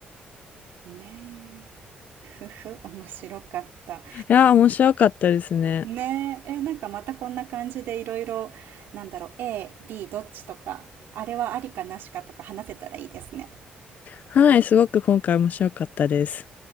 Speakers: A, on the right (about 80°); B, on the left (about 50°).
A: う。ねえ。ふふ、面白かった。
B: う。いやー、面白かったですね。
A: ねえ、え、なんかまたこんな感じでいろいろ、なんだろう、A、B どっちとか、あれはありかなしかとか話せたらいいですね。
B: はい、すごく今回面白かったです。